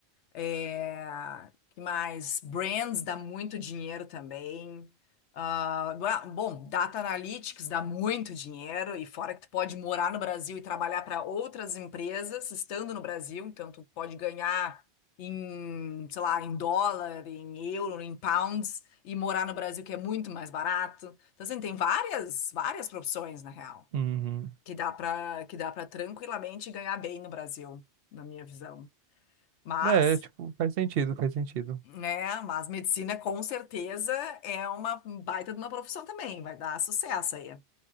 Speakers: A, on the left; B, on the right.
A: É, que mais? Brands dá muito dinheiro também. Ah, gua- bom, Data Analytics dá muito dinheiro, e fora que tu pode morar no Brasil e trabalhar para outras empresas estando no Brasil, então tu pode ganhar em, sei lá, em dólar, em euro, em pounds, e morar no Brasil que é muito mais barato. Então, assim, tem várias, várias profissões, na real,
B: Uhum.
A: que dá para que dá para tranquilamente ganhar bem no Brasil, na minha visão. Mas
B: É, tipo, faz sentido, faz sentido.
A: é, mas medicina com certeza é uma baita de uma profissão também, vai dar sucesso aí.